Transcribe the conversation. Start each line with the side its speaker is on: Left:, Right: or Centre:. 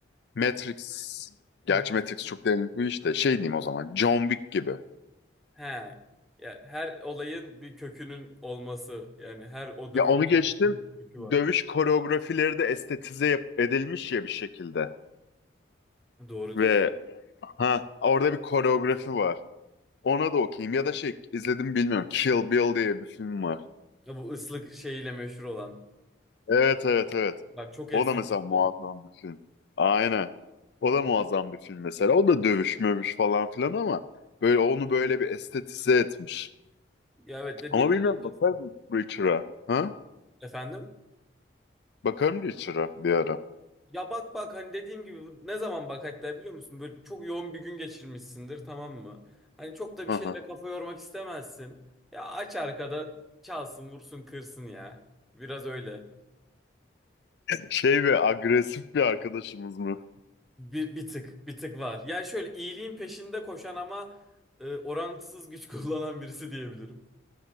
Left: Matrix. Gerçi
Centre: Hı hı.
Left: Matrix çok derinlik bir işte. Şey diyeyim o zaman. John Wick gibi.
Centre: He. Ya her olayın bir kökünün olması yani her o dövüş
Left: Ya onu
Centre: sahnesinin
Left: geçtim.
Centre: bir kökü var.
Left: Dövüş koreografileri de estetize yap- edilmiş ya bir şekilde.
Centre: Doğru
Left: Ve
Centre: diyorsun.
Left: ha orada bir koreografi var. Ona da okeyim. Ya da şey izledim bilmiyorum. Kill Bill diye bir film var.
Centre: Ya bu ıslık şeyiyle meşhur olan.
Left: Evet evet evet.
Centre: Bak çok
Left: O
Centre: estetikli.
Left: da mesela muazzam bir film. Aynen. O da muazzam bir film mesela. O da dövüş mövüş falan filan ama böyle onu böyle bir estetize etmiş.
Centre: Ya evet dediğin
Left: Ama
Centre: de
Left: bilmiyorum
Centre: haklısın.
Left: bakarım Richard'a. Ha?
Centre: Efendim?
Left: Bakarım Richard'a bir ara.
Centre: Ya bak bak hani dediğim gibi bu- ne zaman bak hatta biliyor musun? Böyle çok yoğun bir gün geçirmişsindir tamam mı? Hani çok da bir
Left: Hı
Centre: şeyle
Left: hı.
Centre: kafa yormak istemezsin. Ya aç arkada çalsın vursun kırsın ya. Biraz öyle.
Left: Şey ve agresif bir arkadaşımız mı?
Centre: Bir, bir tık bir tık var. Ya şöyle iyiliğin peşinde koşan ama e, orantısız güç <laughs> kullanan birisi diyebilirim.